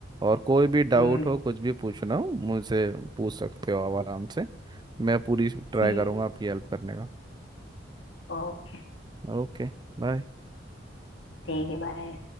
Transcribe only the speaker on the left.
हम्म,
ठीक
ओके
ठीक है बाय